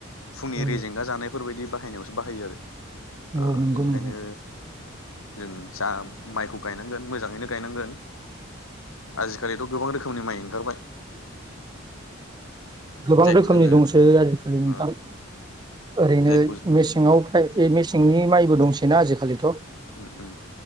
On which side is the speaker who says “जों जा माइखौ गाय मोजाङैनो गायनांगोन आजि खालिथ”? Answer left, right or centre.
Left